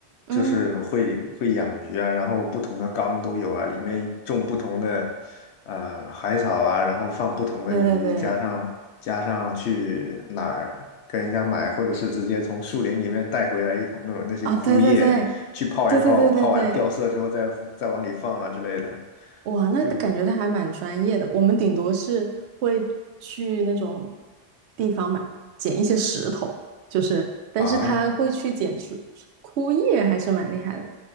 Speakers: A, on the right (about 85°); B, on the left (about 85°).
A: 嗯，
B: 就是会会养鱼啊，然后不同的缸都有啊，里面种不同的呃海草啊，然后放不同的鱼，
A: 对对对，
B: 加上加上去哪儿跟人家买，或者是直接从树林里面带回来一桶那种那些枯叶去泡一泡，
A: 啊，对对对，对对对对对，
B: 泡完了掉色之后再再往里放啊之类的，
A: 哇，那感觉他还蛮专业的。
B: 就
A: 我们顶多是会去那种地方买捡一些石头，就是，但是他会去捡出枯叶，
B: 啊。
A: 还是蛮厉害的。